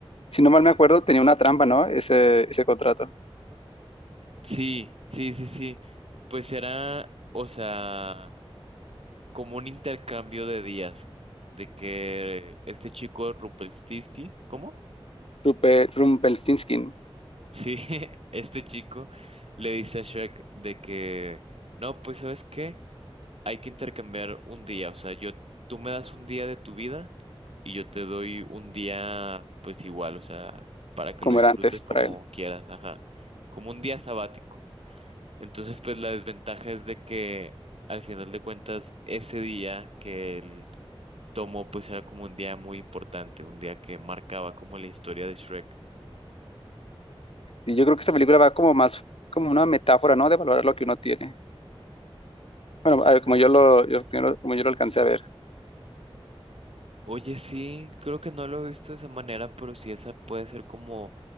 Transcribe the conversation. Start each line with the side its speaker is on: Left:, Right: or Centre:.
Left: si no mal me acuerdo, tenía una trampa, ¿no? Ese, ese contrato.
Right: Sí, sí, sí, sí. Pues era, o sea, como un intercambio de días, de que este chico Rupert ¿cómo?
Left: Rupe, Rumpelstiltskin,
Right: Sí, <laughs> este chico le dice a Shrek de que, no, pues ¿sabes qué? Hay que intercambiar un día, o sea, yo, tú me das un día de tu vida y yo te doy un día, pues igual, o sea, para que
Left: como
Right: lo disfrutes
Left: era antes
Right: como
Left: para él.
Right: quieras, ajá, como un día sabático. Entonces, pues la desventaja es de que al final de cuentas, ese día que él tomó, pues era como un día muy importante, un día que marcaba como la historia de Shrek.
Left: Y yo creo que esta película va como más, como una metáfora, ¿no? De valorar lo que uno tiene. Bueno, a ver, como yo lo, yo- yo lo- como yo lo alcancé a ver.
Right: Oye, sí, creo que no lo he visto de esa manera, pero sí esa puede ser como